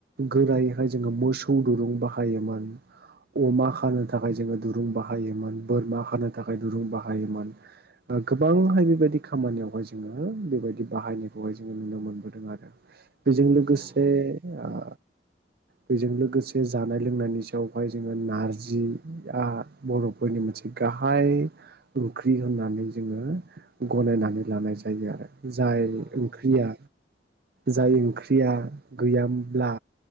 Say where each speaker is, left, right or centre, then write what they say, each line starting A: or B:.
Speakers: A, on the right (about 55°); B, on the right (about 30°).
A: गोरायैहाय जोङो मोसौ दुरुं बाहायोमोन अमा खानो थाखाय जोङो दुरुं बाहायोमोन बोरमा खानो थाखाय दुरुं बाहायोमोन ओ गोबांहाय बेबायदि खामानियावहाय जोङो बेबायदि बाहायनायखौहाय जोङो नुनो मोनबोदों आरो बेजों लोगोसे
B: नंगौ
A: ओ बेजों लोगोसे जानाय लोंनायनि सायावहाय जोङो नार्जिआ बर'फोरनि मोन से गाहाय ओंख्रि होननानै जोङो गनायनानै लानाय जायो आरो। जाय
B: नंगौ
A: ओंख्रिया
B: नोंथां
A: जाय ओंख्रिया गैयामब्ला